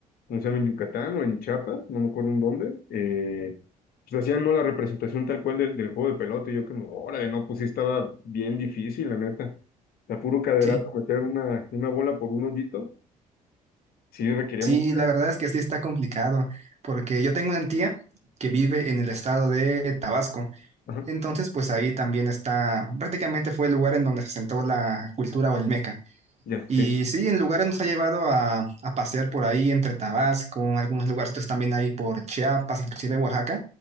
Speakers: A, on the left; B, on the right.
A: no sé, en Yucatán o en Chiapas, no me acuerdo en dónde, eh, pues hacían no la representación tal cual del, del juego de pelota, y yo que, órale, no, pues sí estaba bien difícil, la neta. La puro caderazo,
B: Sí.
A: meter una, una bola por un hoyito, sí requería
B: Sí,
A: mucha...
B: la verdad es que sí está complicado, porque yo tengo una tía que vive en el estado de Tabasco,
A: Ajá,
B: entonces pues ahí también está, prácticamente fue el lugar en donde se sentó la cultura olmeca.
A: ya,
B: Y
A: sí.
B: sí, en lugares nos ha llevado a, a pasear por ahí entre Tabasco, algunos lugarcitos también ahí por Chiapas, inclusive Oaxaca.